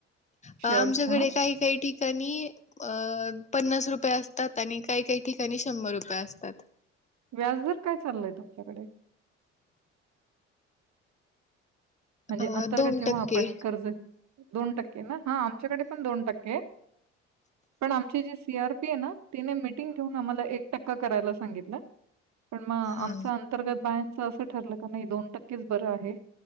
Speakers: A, on the left; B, on the right.
A: अ
B: शेअर्स
A: आमच्याकडे
B: म्हणून.
A: काही काही ठिकाणी अ पन्नास रुपये असतात आणि काही काही ठिकाणी शंभर रुपये असतात.
B: व्याजदर काय चाललय तुमच्याकडे? म्हणजे
A: अ
B: अंतर्गत
A: दोन
B: जेव्हा
A: टक्के
B: आपण कर्ज दोन टक्के ना हा आमच्याकडे पण दोन टक्के, पण आमची जी सी आर पी आहे ना तिने टीग ठेऊन आमाला एक टक्का करायला सांगितलं, पण म आमच
A: हा
B: आंतर्गत बायाच अस ठरलं का नाही दोन टक्केच बरं आहे